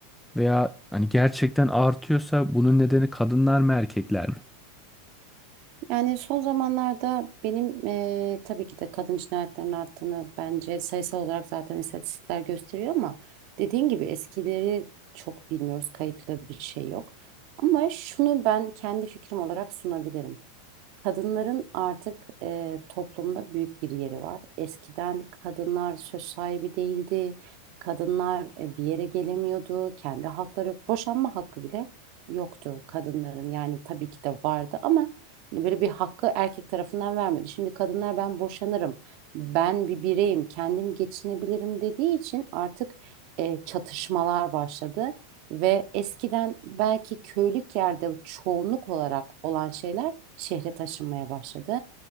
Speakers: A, in the centre; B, on the right.
A: Veya hani gerçekten artıyorsa bunun nedeni kadınlar mı erkekler mi?
B: Yani son zamanlarda benim eee, tabii ki de kadın cinayetlerinin arttığını bence sayısal olarak zaten istatistikler gösteriyor ama dediğin gibi eskileri çok bilmiyoruz. Kayıtlı bir şey yok. Ama şunu ben kendi fikrim olarak sunabilirim. Kadınların artık e, toplumda büyük bir yeri var. Eskiden kadınlar söz sahibi değildi. Kadınlar e, bir yere gelemiyordu. Kendi hakları, boşanma hakkı bile yoktu kadınların. Yani tabii ki de vardı ama hani böyle bir hakkı erkek tarafından vermiyordu. Şimdi kadınlar ben boşanırım, ben bir bireyim, kendim geçinebilirim dediği için artık e, çatışmalar başladı. Ve eskiden belki köylük yerde çoğunluk olarak olan şeyler şehre taşınmaya başladı.